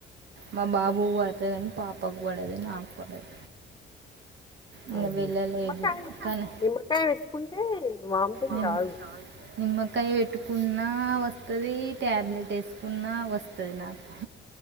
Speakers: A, on the right; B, on the left.
A: మా బాబు పడుతదని పాపకు పడదు నాకు పడదు ఇంక
B: అయ
A: వెళ్ళలేదు
B: నిమ్మకాయన్న
A: కానీ
B: నిమ్మకాయ పెట్టుకుంటే వామిటింగ్
A: నిమ్
B: రాదు
A: నిమ్మకాయ పెట్టు కున్నా వస్తది ట్యాబ్లెట్ వేసుకున్నా వస్తది నాకు